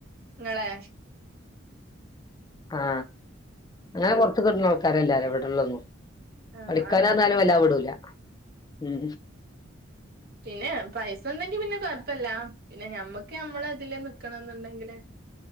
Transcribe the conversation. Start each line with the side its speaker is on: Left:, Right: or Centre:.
Right: നിങ്ങാളെ
Left: ആാ അങ്ങനെ കൊറച്ച് കിട്ടാണം ആൾക്കാരല്ലോരില്ലാരും ഇവടെ ഒള്ളു
Right: ആഹ്
Left: പഠിക്കാനന്നാലും
Right: അതാണ്
Left: വെല്ലാ വിടൂല്ലാ ഉം
Right: പിന്നെ പൈസ ഉണ്ടെങ്കി പിന്നെ കൊഴ്പ്പാല്ലേ പിന്നെ ഞമ്മക്ക് നമ്മള് അതില് നിക്കണം എന്നേണ്ടെങ്കില്